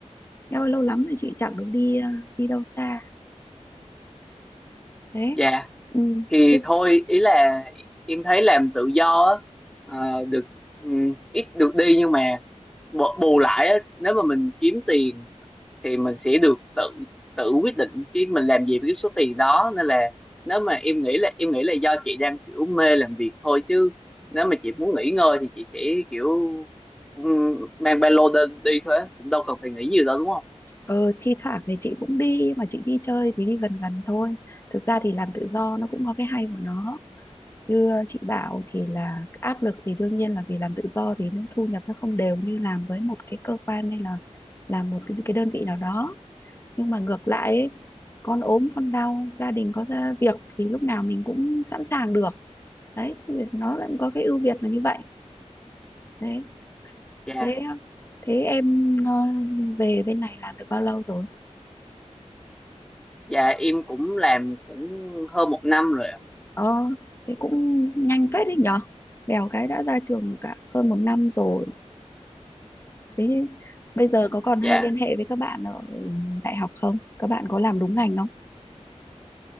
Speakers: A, on the left; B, in the centre.
A: Eo ơi, lâu lắm rồi chị chẳng được đi ờ, đi đâu xa đấy
B: dạ
A: ừ,
B: thì
A: thế
B: thôi ý là em thấy làm tự do á ờ, được ừm, ít được đi nhưng mà bù bù lại á nếu mà mình kiếm tiền thì mình sẽ được tự tự quyết định chứ mình làm gì với cái số tiền đó nên là nếu mà em nghĩ là em nghĩ là do chị đang kiểu mê làm việc thôi chứ nếu mà chị muốn nghỉ ngơi thì chị sẽ kiểu ừm, mang ba lô lên đi thôi á, cũng đâu cần phải nghĩ nhiều đâu đúng không
A: ờ, thi thoảng thì chị cũng đi mà chị đi chơi thì đi gần gần thôi thực ra thì làm tự do nó cũng có cái hay của nó như chị bảo thì là áp lực thì đương nhiên là vì làm tự do thì nó thu nhập nó không đều như làm với một cái cơ quan hay là làm một cái, cái đơn vị nào đó nhưng mà ngược lại ấy, con ốm con đau gia đình có ra việc thì lúc nào mình cũng sẵn sàng được đấy thì nó lại có cái ưu việt là như vậy đấy
B: dạ
A: thế thế em ờ, về bên này làm được bao lâu rồi
B: dạ em cũng làm cũng hơn một năm rồi ạ
A: ờ thế cũng nhanh phết đấy nhở bèo cái đã ra trường cả hơn một năm rồi thế bây giờ có còn
B: dạ
A: hay liên hệ với các bạn ở đại học không các bạn có làm đúng ngành không